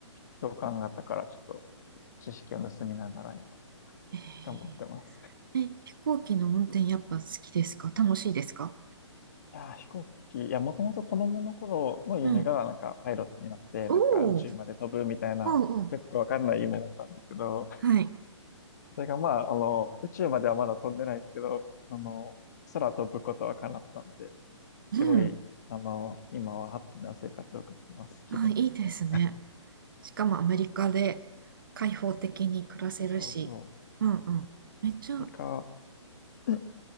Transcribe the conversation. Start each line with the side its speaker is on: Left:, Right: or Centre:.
Left: 教官方からちょっと知識を盗みながら今、
Right: え
Left: 頑張ってます。
Right: ええ、飛行機の運転やっぱ好きですか楽しいですか
Left: いやー、飛行機、いや、もともと子供の頃の夢が、
Right: うん。
Left: なんか、パイロットになって、
Right: おお、
Left: なんか、宇宙まで飛ぶみたいな、
Right: おうおう、
Left: よくわかんない夢だったんですけど、
Right: はい。
Left: それが、まあ、あの、宇宙まではまだ飛んでないですけど、あの、空飛ぶことは叶ったんで、
Right: うん。
Left: すごい、あの、今はハッピーな生活を送ってます、気分的には。
Right: あ、いいですね。しかもアメリカで開放的に暮らせるし、
Left: そうそうそ
Right: うんうん。めっちゃ、
Left: う。何か、<clears throat>